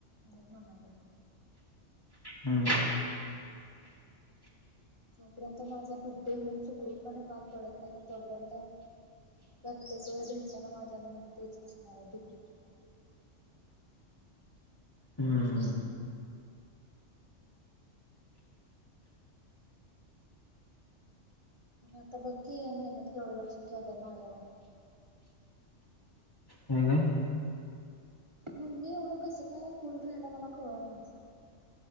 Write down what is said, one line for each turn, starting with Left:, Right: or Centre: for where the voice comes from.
Right: म्ह म्हणाल
Left: हम्म
Right: जोपर्यंत माझा बड्डे होन सुखरूपपणे पार पडत नाही कारण तोपर्यंत प्रत्येक वेळ भेटताना माझ्या मनात तेच असणार आहे दुख दुख दुख दुक दुख दु दुख
Left: हम्म
Right: आता बघकी मेहनत केवढं लक्ष ठेवतात माझ्यावर
Left: हे काय
Right: मगमी एवढं कसं काय कुल राहायला मला कळ नाच.